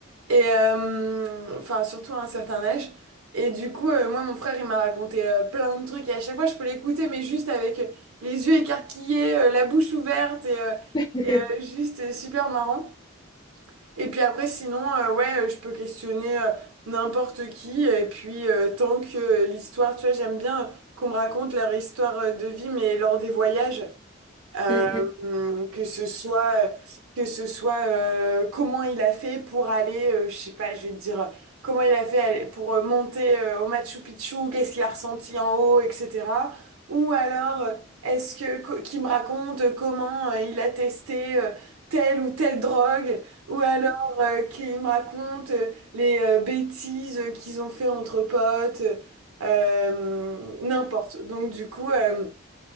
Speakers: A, on the right; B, on the left.
A: Et euh, enfin, surtout à un certain âge. Et du coup, euh, moi, mon frère, il m'a raconté euh, plein de trucs. Et à chaque fois, je peux l'écouter, mais juste avec euh, les yeux écarquillés, euh, la bouche ouverte, et, euh,
B: <laughs>
A: et, euh, juste euh, super marrant. Et puis après, sinon, euh, ouais, euh, je peux questionner euh, n'importe qui. Et puis, euh, tant que euh, l'histoire, tu vois, j'aime bien euh, qu'on me raconte leur histoire euh, de vie, mais lors des voyages. Euh,
B: Hmm, hmm.
A: que ce soit, que ce soit euh, comment il a fait pour aller, euh, je sais pas, je vais te dire, comment il a fait aller- pour euh, monter euh, au Machu Picchu, qu'est-ce qu'il a ressenti en haut, etc. Ou alors, euh, est-ce que co- qu'il me raconte euh, comment euh, il a testé euh, telle ou telle drogue, ou alors euh, qu'il me raconte euh, les euh, bêtises euh, qu'ils ont fait entre potes, euh, n'importe. Donc du coup. euh,